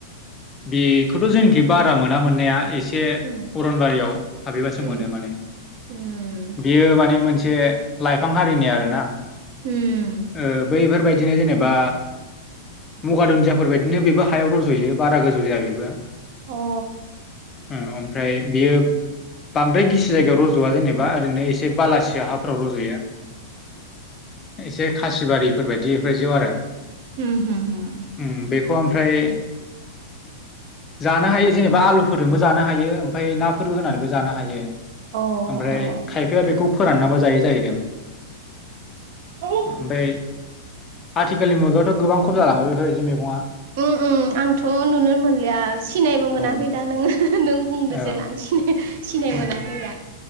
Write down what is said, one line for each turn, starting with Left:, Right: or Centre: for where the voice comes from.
Left: बेखौथ' जेनाखि बारा मोना मोननाया एसे
Right: उम
Left: अनारियाव हाबैबो मोन
Right: उम
Left: माने
Right: उम
Left: बि माने मोन से लाइफां हारिनि आरोना
Right: उम
Left: ओ बैफोरबायदिनो जेनेबा मुगा दुन्दियाफोर बायदिनो बेबो हायाव रज'यो बारा गोजौ जाया बेबो
Right: अ
Left: ओ ओमफ्राय बियो बांद्राय गिसि जायगायाव रज'वा जेनेबा ओरैनो एसे बलासि हाफोराव रज'यो एसे खासि बारिफोर बायदिफोर आरो
Right: ह होम
Left: उम बेखौ ओमफ्राय जानो हायो जेनेबा आलुफोरजोंबो जानो हायो ओमफ्राय नाफोरबो होनानैबो जानो हायो।
Right: अ
Left: ओमफ्राय
Right: अ
Left: खायफाया बेखौ फोराननाबबो जायो जाहैदों।
Right: उ
Left: ओमफ्राय आथिखालनि मुगायावथ' गोबां खम जालांबाय बेफोरदि मैगङा
Right: उ उ आंथ' नुनो मोनलिया सिनायबो मोनाखै
Left: औ
Right: दा नोङो नों बुंदो
Left: औ
Right: जे लांसिनो सिनाय
Left: उम
Right: मोनाखै दा